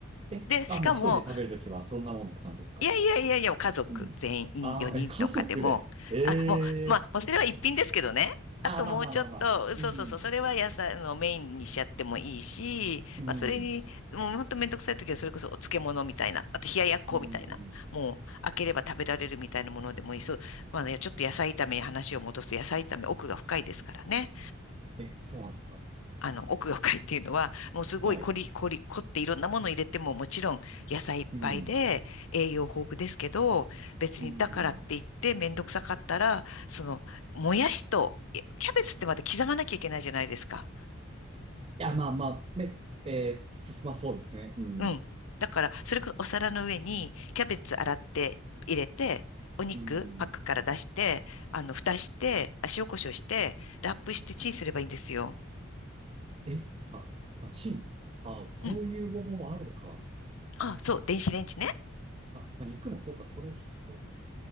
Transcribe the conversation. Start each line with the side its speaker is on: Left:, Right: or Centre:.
Right: え、
Left: で、
Right: あ、
Left: しかも、
Right: もう一人で食べるときはそんなもんって感じですか
Left: いやいやいやいや、家族全員4人とかでも、
Right: うん。ああ、え、家族で。え
Left: あ、もう、まあ、
Right: えー
Left: もうそれは一品ですけどね。
Right: ああ、
Left: あともうちょっと、
Right: まあまあまあまあ。うん。
Left: そうそうそう、それは野菜あのメインにしちゃってもいいし、
Right: うん。
Left: まあそれに、もうほんとめんどくさい時はそれこそお漬物みたいな、あと冷ややっこみたいな、
Right: うん。
Left: もう開ければ食べられるみたいなものでもいい。そう、まあね、ちょっと野菜炒めに話を戻すと野菜炒め奥が深いですからね。
Right: え、そうなんですか
Left: あの、奥が深いっていうのは、もうすごい凝り、
Right: はい。
Left: 凝り、凝っていろんなもの入れても、もちろん野菜いっぱいで栄養豊富ですけど、
Right: うん。
Left: 別にだからって言ってめんどくさかったら、
Right: うん。い
Left: その、もやしと、いやキャベツってまた刻まなきゃいけないじゃないですか。
Right: や、まあまあ、め、えー、進まそうですね。うん。
Left: うん。だから、それこそお皿の上にキャベツ洗って入れて、お肉パックから出して、
Right: うん。
Left: あの、蓋して、あ塩コショウして、ラップしてチンすればいいんですよ。
Right: え、あ、まあ、チン。あ、そういう方法もあるのか。
Left: うん。あ、そう、電子レンジね。
Right: あ、まあ肉もそうか、それひどい。